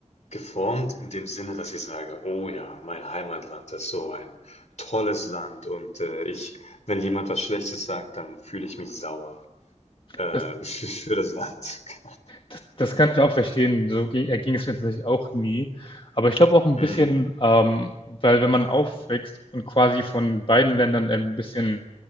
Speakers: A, on the left; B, on the left.
A: geformt in dem Sinne, dass ich sage, oh ja, mein Heimatland ist so ein tolles Land und äh, ich, wenn jemand was Schlechtes sagt, dann fühle ich mich sauer. Äh,
B: das,
A: <laughs> für für das Land. <laughs>
B: das, das kann ich auch verstehen. So ging, ging es mir tatsächlich auch nie. Aber ich glaube auch ein
A: Hm.
B: bisschen, ähm, weil wenn man aufwächst und quasi von beiden Ländern ein bisschen